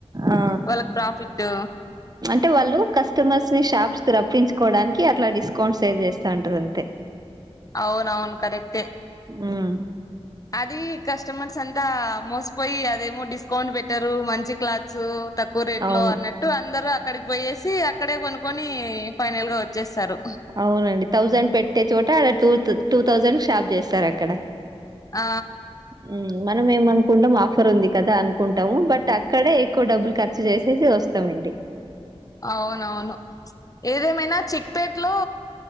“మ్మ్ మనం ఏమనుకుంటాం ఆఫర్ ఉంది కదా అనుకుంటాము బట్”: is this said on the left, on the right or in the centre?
Right